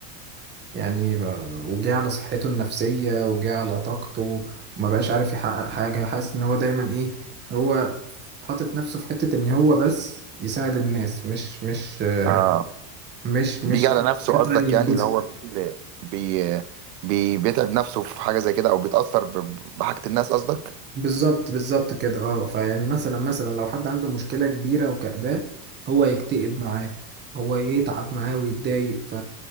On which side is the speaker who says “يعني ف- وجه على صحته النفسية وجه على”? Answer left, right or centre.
Right